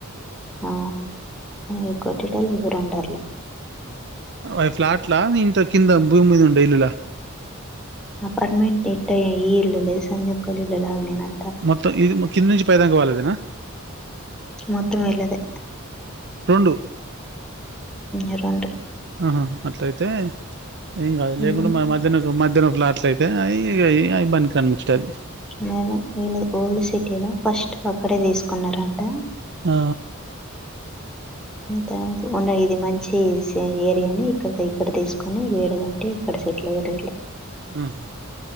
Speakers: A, in the centre; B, on the right.
A: అ ఎ లే ంట
B: అ ఫ్లాట్లా ఇంత కింద భూమి మీ ఉండ ఇల్లులా
A: అపార్ంటమెంట్ ఇట్ట ఈ ఇల్లలే సంధ్యకులి ఇల్ల ఆగ్ న నా
B: మొత్తం ఇది కింద నుంచి పై దాంకవాలదేనా
A: మొత్తం వెళదే
B: రండు
A: ఇరుంట
B: ఆహా అట్లయితే ఏం కాదు
A: ఉమ్
B: లేకుండా మ మధ్యాహ్న మధ్య ఇద్దరు ఫ్లాట్లు అయితే అవి అవి బని కనిపించది
A: న వళ్ళ ఓల్డ్ సిటీ లో ఫస్ట్ అక్కడే తీసుకున్నారంట
B: ఆ
A: తర్వాత ఉన్న ఇది మంచి ఏరియాని ఇక్కడ ఇక్కడ తీసుకుొని ఇది వడదొటి క్కడ సైట్ల ఇరు
B: ఆా